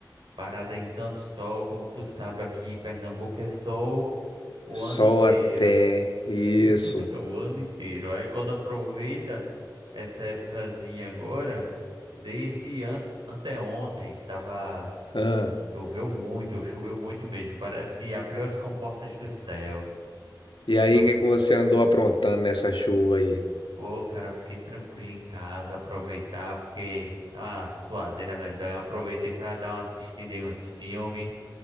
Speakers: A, on the right (about 85°); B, on the left (about 90°).
A: parada em tanto sol. Como tu sabe, aqui em Pernambuco é sol o ano
B: Sol
A: inteiro.
B: até. Isso.
A: <laughs> O ano inteiro. Aí quando aproveita essa épocazinha agora, desde an anteontem, tava.
B: Ah,
A: Choveu muito, choveu muito mesmo. Parece que abriu as comportas do céu.
B: e aí,
A: Ah,
B: o que é que você andou aprontando nessa chuva aí?
A: Ô, cara, eu fiquei tranquilo em casa, aproveitar, porque a suadeira medonha. Aproveitei para dar uma assistida em uns filmes,